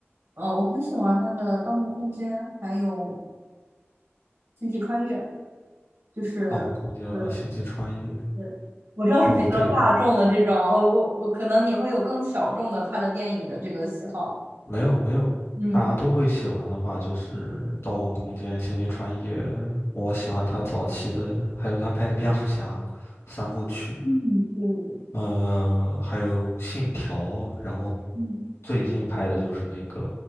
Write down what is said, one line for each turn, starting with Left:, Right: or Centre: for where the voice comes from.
Right: 呃，我很喜欢他的《盗梦空间》，还有《星际穿越》，就是，
Left: 《盗梦空间》和《星际穿越》
Right: 对对，我知道是比较大众的这种，
Left: 哦，对，
Right: 我我我可能你会有更小众的他的电影的这个喜好，
Left: 没有没有，
Right: 嗯
Left: 大家都会喜欢的话就是《盗梦空间》《星际穿越》，我喜欢他早期的，还有他拍的《蝙蝠侠》三部曲。
Right: 嗯，对对对，
Left: 呃，还有《信条》，然后
Right: 嗯，
Left: 最近拍的就是那个